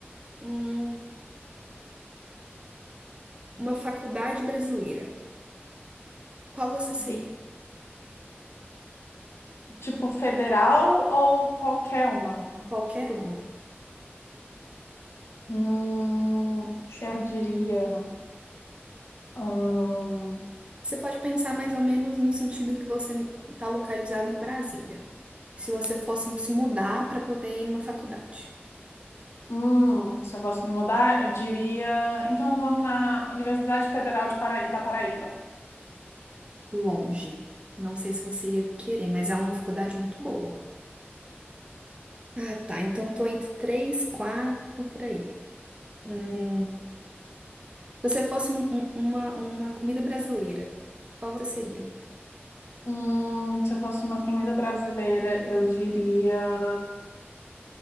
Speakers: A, on the right; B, on the left.
A: hum, uma faculdade brasileira, qual você seria?
B: Bi- Tipo, federal ou qualquer uma?
A: Qualquer uma.
B: Hum, eu diria. Hum,
A: Você pode pensar mais ou menos no sentido que você está localizado em Brasília. Se você fosse se mudar para poder ir numa faculdade.
B: hum, se eu fosse me mudar, eu diria. Então vamos na Universidade Federal de Paraí- da Paraíba.
A: Longe. Não sei se você ia querer, mas é uma faculdade muito boa. Ah, tá. Então tô entre três, quatro, por aí. Hum, se você fosse um- um- uma, uma comida brasileira, qual você seria?
B: Hum, se eu fosse uma comida brasileira, eu diria